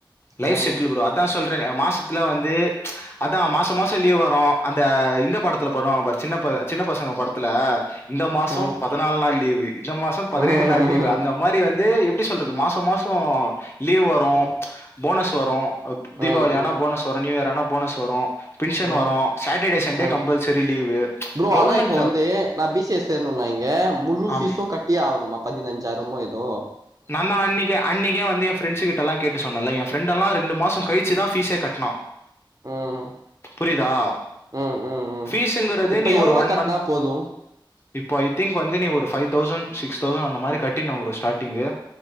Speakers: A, on the left; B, on the right.
A: லைப்
B: ம்
A: செட்டில்லு ப்ரோ அ தா சொல்றனே மாசத்துல வந்து அதா மாச மாச லீவ் வரு அந்த இந்த படத்துல பண்ணுவாங்க பாரு சின்ன ப சின்ன பசங்க படத்துல இந்த மாசோ
B: ம்
A: பதினாலு நாள் லீவு இந்த மாசோ பதினேழு
B: ம் ம்
A: நாள் லீவு அந்த மாரி வந்து எப்டி சொல்றது மாச மாசோ லீவ் வரு
B: ம்
A: போனஸ் வரு தீபாளி
B: ம்
A: ஆனா போனஸ் வரு நியூ இயர் ஆனா போனஸ் வரு பின்ஷன்
B: ம்
A: வரு சாட்டர்டே சண்டே
B: ம்
A: கம்பல்சரி லீவு
B: ப்ரோ
A: கவர்மெண்ட்
B: ஆனா இப்ப
A: ஜாப்
B: வந்து நா பி சி எ சேர்ணும்னா இங்க முழு
A: ஆமா
B: பீஸும் கட் டியே ஆவுணுமா பதினஞ்சாயிறமோ எதோ
A: நா தா அன்னிக்கே அன்னிக்கே வந்து என் ஃப்ரெண்ட் கிட்டொலா கேட்டு சொன்னல்ல என் ஃப்ரெல்லா ரெண்டு மாசோ கழிச்சி தா ஃப்ஸே கட்டுனா
B: ம்
A: புரியுதா
B: ம் ம் ம்
A: ஃபீஸ்ங்கறதே
B: இப்ப
A: நீ
B: எவ்ளோ
A: ஒரு ஒன்
B: கட்னா
A: மந்த்
B: போது
A: இப்போ ஐ திங்க் வந்து நீ ஒரு ஃபை தௌசண்ட் சிக்ஸ் தௌசண்ட் அந்த மாரி கட்டினு ப்ரோ ஸ்டார்டிங்கு